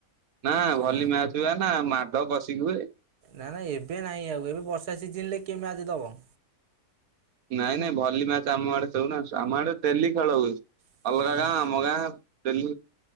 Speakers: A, on the right; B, on the right.
A: ନା ଭଲି
B: ଆ
A: ମ୍ୟାଚ ହୁଏ ନା ମାଡ କଶିକି ହୁଏ।
B: ନା ନାଇ ଏବେ ନାହିଁ ଆଉ ଏବେ ବର୍ଷା ସିଜିନ ରେ କିଏ ମ୍ୟାଚ୍ ଦବ।
A: ନାଇଁ ନାଇଁ ଭଲି ମ୍ୟାଚ ଆମ ଆଡେ ଖେଲୁନା ଆମ ଆଡେ ଡେଲି ଖେଳ ହୁଏ
B: ଦବ?
A: ଅଲଗା ଗାଁ ଆମ ଗାଁ।